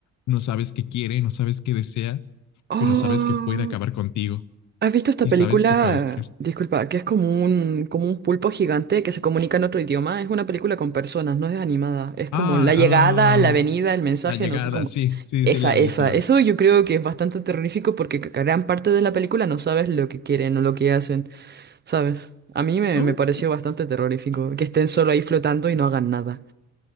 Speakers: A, on the left; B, on the right.
A: no sabes qué quiere, no sabes qué desea,
B: Oh.
A: pero sabes que puede acabar contigo
B: ¿Has visto esta
A: y
B: película?
A: sabes que puede destruir.
B: Disculpa, que es como un, como un pulpo gigante que se comunica en otro idioma. Es una película con personas, no es animada. Es como
A: Ah,
B: la llegada,
A: ah,
B: la venida, el mensaje,
A: la llegada,
B: no sé cómo.
A: sí, sí,
B: Esa,
A: sí la vi,
B: esa.
A: sí la
B: Eso
A: vi.
B: yo creo que es bastante terrorífico porque ca- gran parte de la película no sabes lo que quieren o lo que hacen, ¿sabes? A mí me,
A: Oh,
B: me pareció bastante terrorífico que estén solo ahí flotando y no hagan nada.